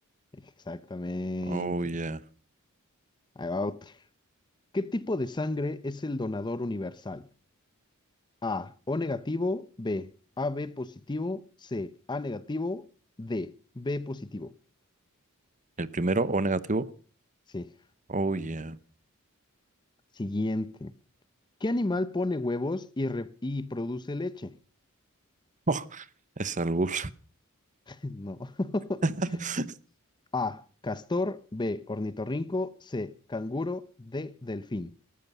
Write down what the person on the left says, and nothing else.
Exactamente.
Ahí va otra. ¿Qué tipo de sangre es el donador universal? A. O negativo. B. AB positivo. C. A negativo. D. B positivo.
Sí.
Siguiente. ¿Qué animal pone huevos y, re- y produce leche?
<laughs> No. <laughs>
A. Castor. B. Ornitorrinco. C. Canguro. D. Delfín.